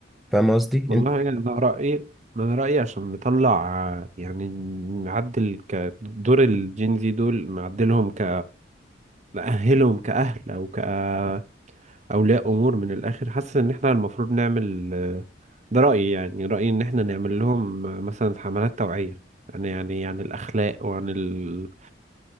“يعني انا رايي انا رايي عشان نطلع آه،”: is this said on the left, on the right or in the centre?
Right